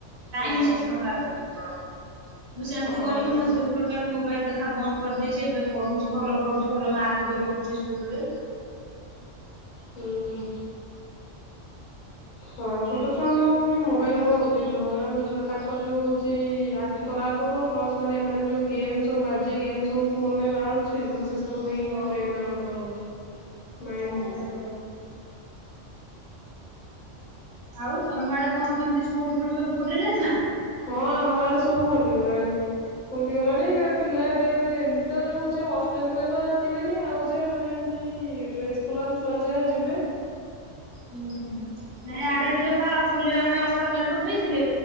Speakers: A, on the left; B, on the right.
A: ହଁ
B: ଟାଇମି ସିଷ୍ଟମ୍ ଟା ଖାଲି କେବଳ ମୁଁ ସେମିତ
A: ହଁ।
B: କରିକି ମୋ ଝିଅକୁ ଟୋଟାଲ ମୋବାଇଲ ଦେ ଦେଖା ବନ୍ଦ କରିଦେଇଚି ଏବେ ପଢୁଛି ଭଲ ପଢୁଚି ଭଲ ମାର୍କ ବି ରଖୁଚି ସ୍କୁଲରେ।
A: ହୁଁଉଁ ହଁ ଛୋଟ ଛୁଅଟାଙ୍କୁ ବି ମୋବାଇଲ୍ ଦବା ଉଚିତ ନୁହଁ କାରଣ ତାଙ୍କ ଯେଉ ହେଉଚି ଆଖି ଖରାପ ହବ ପ୍ଲସ୍ ମାନେ ଏମାନେ ଯେଉଁ ଗେମ୍ ସବୁ ବାଯ୍ୟ ଗେମ୍ ସବୁ ଫୋନ୍ ରେ ବାହାରୁଚି ମାନେ ଶେଷକୁ ଦେଇକିବି
B: ହଁ
A: ବେନ୍ ଆଉଟ୍ ହବ। ମାଇଣ୍ଡ
B: ହଁ
A: ଡିଷ୍ଟର୍ବ ହେବ।
B: ଆଉ ତମ ଆଡେ କଣ କେମତି ସ୍କୁଲ ଫୁଲ ସବୁ ଖୋଲିଲାନଣି ନା?
A: ହଁ ଆମ ଆଡେ ସ୍କୁ ସବୁ ଖୋଲିଗଲାଣି ଖୋଲିଗଲାଣି ଏବେ ପିଲା ଏବେଏବେ ଏମତି ତ ଯେଉ ହେଉଚି ହଷ୍ଟେଲ ପିଲା ତ ଆସିବେନି ଆଉ ଯା ମାନେ ଏମିତି ଡେ ସ୍କୋଲାର୍ ର ଛୁଆ ଯାହା ଯିବେ।
B: ହୁଁ ହୁଁ। ନାଇଁ
A: ହୁଁ
B: ଆଡ ଟିକେ ପା ଖୋଲିବା ପାଇଁ ଅଠର ତାରିଖ ଦେଇଥିଲେ